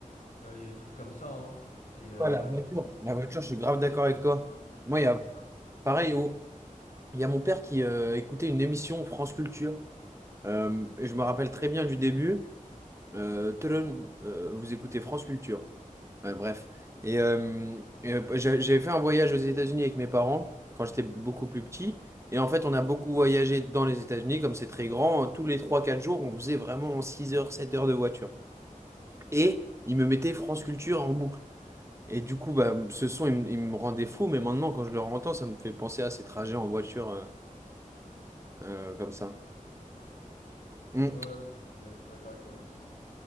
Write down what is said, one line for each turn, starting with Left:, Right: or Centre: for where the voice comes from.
Left: euh, il y a des trucs comme ça. hein. Et euh,
Right: Ouais, la voiture.
Left: franchement,
Right: La voiture, je suis grave d'accord avec toi. Moi,
Left: ouais,
Right: il y a
Left: c'est ça.
Right: pareil, au- il y a mon père qui euh, écoutait une émission France Culture. Euh, et je me rappelle très bien du début. Euh, tudum, euh, vous écoutez France Culture. Ouais, bref. Et, euh, et, euh, j'a- j'avais fait un voyage aux États-Unis avec mes parents quand j'étais beaucoup plus petit. Et en fait, on a beaucoup voyagé dans les États-Unis, comme c'est très grand. euh, Tous les trois, quatre jours, on faisait vraiment 6 heures, 7 heures de voiture. Et ils me mettaient France Culture en boucle. Et du coup, bah, ce son, il, me il me rendait fou. Mais maintenant, quand je le entends, ça me fait penser à ces trajets en voiture euh, euh, comme ça. Mm,
Left: Ouais, ouais, je suis d'ac- je suis d'accord avec toi sur ça.